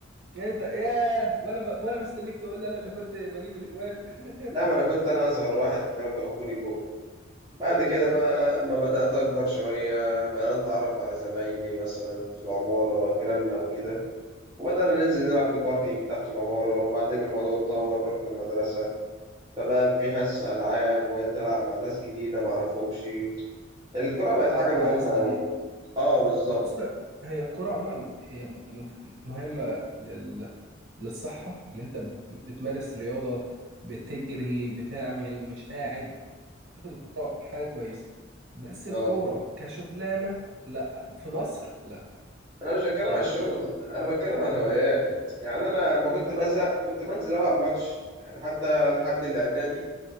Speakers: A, on the right; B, on the right.
A: يعني انت ياه وانا ب... وانا مستنيك تقول لي انا اللي كنت بجيب الاجوان <laughs>
B: لا ما انا كنت انا اصغر واحد فكانوا بيوقفوني جون بعد
A: ايوه
B: كده
A: ايوه بيضحكوا
B: بقى
A: عليك بقى
B: لما بدأت أكبر شوية بدأت أتعرف على زمايلي مثلا في العمارة جيراننا وكده وبدأنا ننزل نلعب في الباركينج تحت العمارة وبعدين الموضوع اتطور رحنا المدرسة فبقى في حصص ألعاب وتلعب مع ناس جديدة معرفهمش الكرة بقت
A: تعرف
B: حاجة مهمة
A: على ناس تانية
B: أوي اه بالظبط
A: بص هي الكرة عموما هي م- مف- مهمة لل... للصحة اللي انت بت... بتمارس رياضة بتجري بتعمل مش قاعد اعتقد الكرة حاجة كويسة بس
B: اه
A: الكرة كشغلانة لا في مصر لا
B: أنا مش بتكلم على
A: يعني
B: الشغل
A: ي-
B: أنا بتكلم على الهوايات يعني أنا لما كنت
A: ف...
B: بزهق كنت بنزل ألعب ماتش يعني حتى لحد الإعدادي